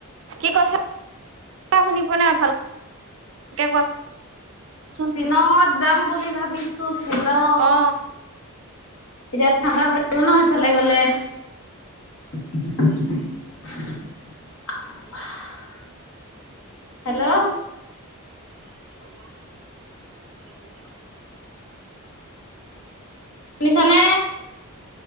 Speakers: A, on the right (about 55°); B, on the left (about 65°).
A: কি কৈছা শুনি পোৱা নাই ভালকে কোৱাচোন
B: শ্বিলঙত যাম বুলি ভাবিছো শ্বিলং
A: অ
B: এতিয়া ঠাণ্ডা পৰিব ন সেইফালে গ'লে। <unintelligible> হেল্ল
A: <unintelligible>
B: শুনিছানে